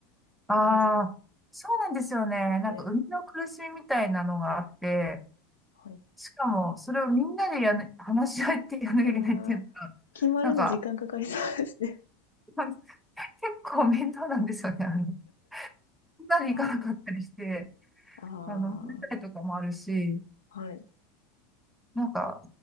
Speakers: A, in the centre; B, on the left.
A: ああ、
B: 感じ
A: そうなんですよね。
B: ですね。
A: なんか、生みの苦しみみたいなのがあって、
B: はい。
A: しかも、それをみんなでやね、話し合ってやらなきゃいけないっていうのが、
B: いやー、決まるの時間かかりそうですね。
A: なんか、まあ結構面倒なんですよね。あの、みんなで行かなかったりして、
B: なるほど。あ
A: あの、寝たりとかもあるし、
B: あ、はい。
A: なんか、